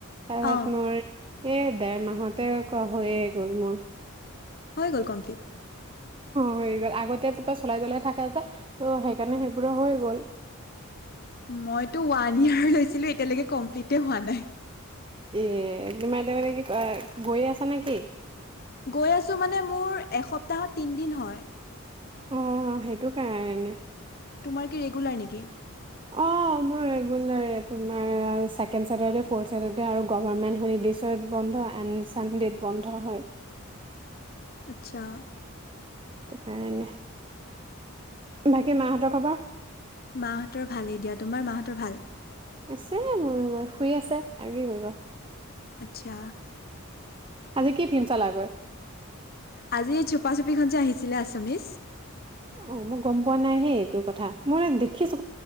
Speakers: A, on the right; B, on the left.
A: তাৰত
B: অ
A: মোৰ। এ ডৰ মাহতে ক হৈয়ে গ'ল মোৰ।
B: হৈ গ'ল কমপ্লিট।
A: হৈ গ'ল, আগতে তপা চলাই জ্বলাই থাকে যে ত সেইকাৰণে সেইবোৰ হৈ গ'ল।
B: মইতো ওৱান ইয়াৰ লৈছিলো, এতিয়ালৈকে কমপ্লিতে হোৱা নাই।
A: এ তোমাৰতিয়া মানে, কি গৈ আছা নেকি।
B: গৈ আছো মানে, মোৰ এসপ্তাহত তিনিদিন হয়।
A: অ সেইটো কাৰণে।
B: তোমাৰ কি ৰেগুলাৰ নেকি?
A: অঁ মোৰ ৰেগুলাৰ। তোমাৰ ছেকেণ্ড চছেটাৰডে', ফ'ৰ্থ চছেটাৰডে আৰু গভাৰমেণ্ট হলিডেছত বন্ধ এন ছানডেত বন্ধ হয়।
B: আচ্ছা।
A: হেতুকাৰণে বাকী মাহঁতৰ খবৰ।
B: মাহঁতৰ ভালেই দিয়া, তোমাৰ মাহঁতৰ ভাল।
A: আছে মোৰ শুই আছে, আৰু কি কৰিবা।
B: আচ্ছা।
A: আজি কি ফিল্ম চল গৈ।
B: আজি এই চোপাচোপিখন যে, আহিছিলে আচামিছ।
A: অ মই গম পোৱা নাই হে, ‌এইটো কথা মই দেখিছো